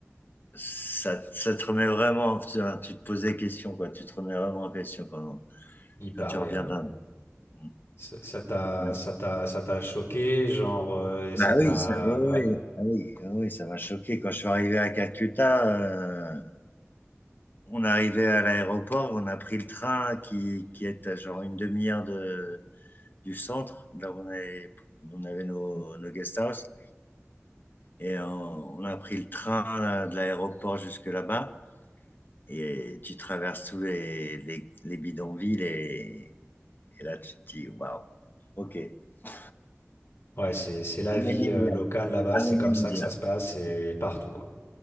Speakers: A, on the left; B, on the left.
A: ça, ça te remet vraiment, tu, vois, tu te posais question, quoi. Tu te remets vraiment en question quand,
B: Il paraît,
A: quand tu reviens
B: ouais.
A: d'Inde. Mm.
B: Ça ça t'a,
A: Ouais.
B: ça t'a, ça t'a choqué, genre, euh, et ça
A: Bah
B: t'a,
A: oui, ça, oui, oui,
B: ouais.
A: ah oui, ah oui, ça m'a choqué. Quand je suis arrivé à Calcutta, euh, on arrivait à l'aéroport, on a pris le train qui, qui est à genre une demi-heure de, du centre, là où on avait, on avait nos, nos guest house, et on, on a pris le train là, de l'aéroport jusque là-bas. Et tu traverses tous les, les, les bidonvilles et, et là, tu te dis, waouh, ok. I'm
B: Ouais, c'est, c'est la vie,
A: an Indian.
B: euh, locale là-bas.
A: I'm
B: C'est comme
A: an
B: ça
A: Indian.
B: que ça se passe et partout, quoi.